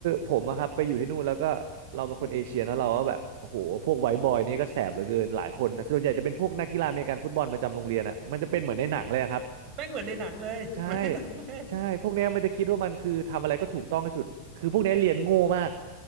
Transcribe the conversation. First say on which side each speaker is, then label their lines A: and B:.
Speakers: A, on the right; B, on the right.
A: ผมอะครับไปอยู่ที่นู่นแล้วก็เราเป็นคนเอเชียเนอะเราก็แบบโอ้โหพวกไวท์บอยนี่ก็แสบเหลือเกินหลายคนนะส่วนใหญ่จะเป็นพวกนักกีฬาอเมริกันฟุตบอลประจำโรงเรียนอะมันจะเป็นเหมือนในหนังเลยอะครับ
B: แม่งเหมือนในหนังเลยเหมือนในหนังเลย
A: ใช่ใช่พวกเนี้ยมันจะคิดว่ามันคือทำอะไรก็ถูกต้องที่สุดคือพวกเนี้ยเรียนโง่มาก